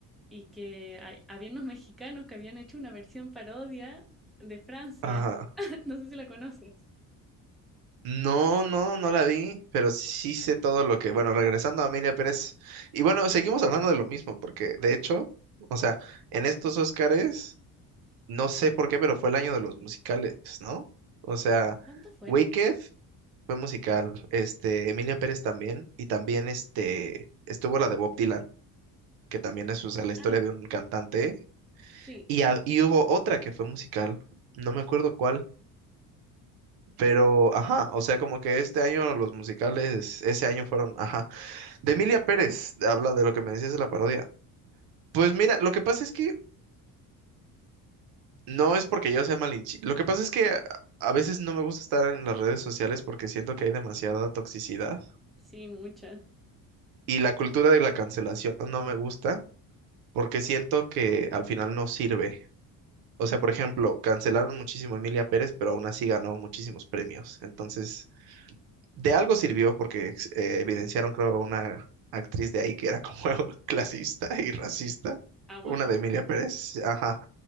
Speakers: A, in the centre; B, on the right.
A: y que hay- había unos mexicanos que habían hecho una versión parodia de Francia.
B: Ajá.
A: <laughs> No sé si la conoces.
B: No, no, no la vi, pero sí sé todo lo que, bueno, regresando a Amelia Pérez, y bueno, seguimos hablando de lo mismo, porque de hecho, o sea, en estos Óscares no sé por qué, pero fue el año de los musicales, ¿no? O sea,
A: ¿Cuántos fueron?
B: Wicked fue musical, este, Emilia Pérez también, y también este, estuvo la de Bob Dylan, que también es, o sea, la historia
A: Ah,
B: de un cantante,
A: sí,
B: y, a- y hubo otra que fue musical, no me acuerdo cuál, pero, ajá, o sea, como que este año los musicales, ese año fueron, ajá, de Emilia Pérez, habla de lo que me decías de la parodia. Pues mira, lo que pasa es que... No es porque yo sea malinchista. Lo que pasa es que a a veces no me gusta estar en las redes sociales porque siento que hay demasiada toxicidad
A: sí, muchas.
B: y la cultura de la cancelación no me gusta porque siento que al final no sirve. O sea, por ejemplo, cancelaron muchísimo a Emilia Pérez, pero aún así ganó muchísimos premios. Entonces, de algo sirvió porque ex- eh, evidenciaron, creo, a una actriz de ahí que era como <laughs> clasista y racista.
A: Ah, wow.
B: Una de Emilia Pérez, ajá.